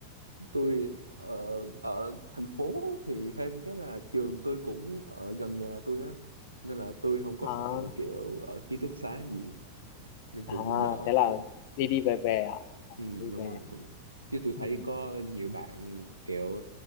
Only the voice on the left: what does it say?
à
à
thế là
đi đi về về à À,
đi
về
ừ.